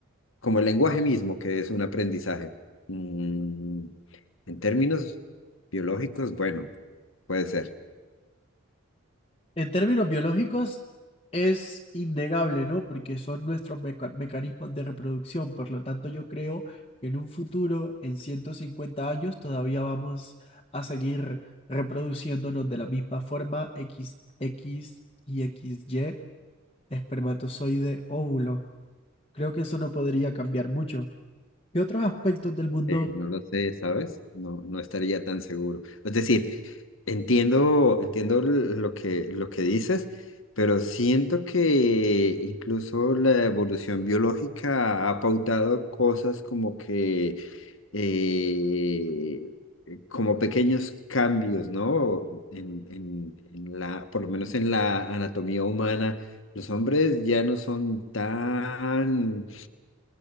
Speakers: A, on the left; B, on the left.
A: como el lenguaje mismo, que es un aprendizaje. Mm, en términos biológicos, bueno, puede ser.
B: En términos biológicos, es innegable, ¿no? Porque son nuestros meca- mecanismos de reproducción. Por lo tanto, yo creo que en un futuro, en 150 años, todavía vamos a seguir reproduciéndonos de la misma forma x x y x y espermatozoide, óvulo. Creo que eso no podría cambiar mucho. ¿Qué otros aspectos del mundo?
A: Eh, no lo sé, ¿sabes? No, no estaría tan seguro. Es decir, entiendo, entiendo l- lo que, lo que dices, pero siento que incluso la evolución biológica ha pautado cosas como que, eh, como pequeños cambios, ¿no? En, en, en la, por lo menos en la anatomía humana, los hombres ya no son tan,